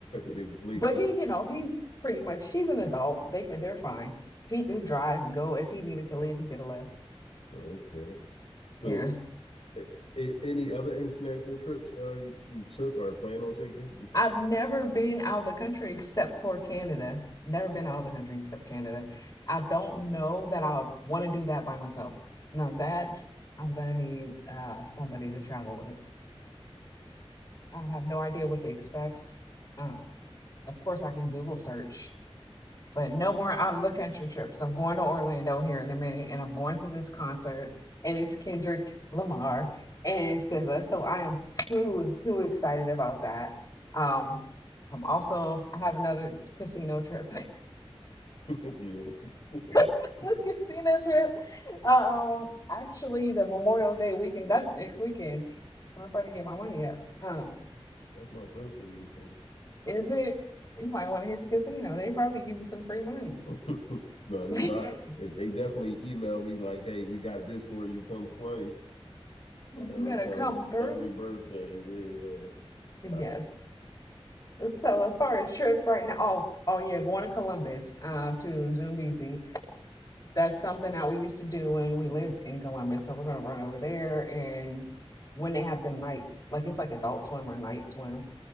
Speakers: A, on the left; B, on the left.
A: they were asleep.
B: But
A: huh?
B: he, you know, he's pretty much he's an adult. They can they're fine. He could drive and go. If he needed to leave, he could have left.
A: Okay. So
B: Yeah.
A: A- any other international trips uh you, you took or plan on taking? <laughs> Besides,
B: I've never been out of the country except for Canada. Never been out of the country except Canada. I don't know that I would want to do that by myself. Now that I'm gonna need uh somebody to travel with. I have no idea what to expect. Um, of course I can Google search but no more out of the country trips. I'm going to Orlando here in a minute, and I'm going to this concert, and it's Kendrick Lamar and SZA. So I am too too excited about that. Um, I'm also I have another casino trip,
A: you know,
B: <laughs> casino trip. Um, actually, the Memorial Day weekend. That's next weekend. So I'm trying to get my money up. Um,
A: <laughs> that's my birthday week, bro.
B: is it? You might want to hit the casino. They probably give you some free money.
A: <laughs> no, you
B: <laughs>
A: know, I, if they definitely email me like, "Hey, we got this for you. Come play."
B: You
A: Every
B: better
A: time,
B: come through.
A: every birthday, yeah.
B: Yes.
A: Uh,
B: So as far as trips right now, oh, oh yeah, going to Columbus, um, to Zumbezi. That's something that we used to do when we lived in Columbus. So we're gonna run over there and when they have the night, like it's like adult swim or night swim,